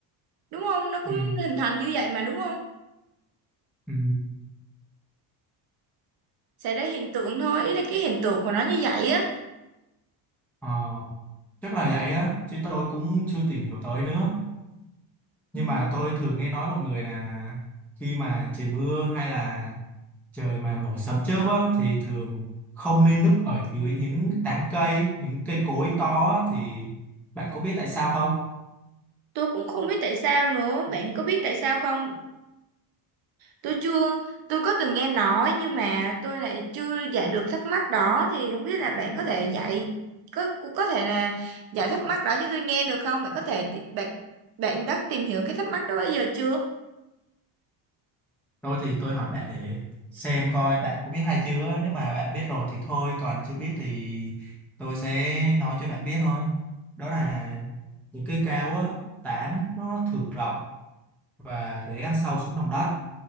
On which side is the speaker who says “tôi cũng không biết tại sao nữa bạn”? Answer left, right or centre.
Right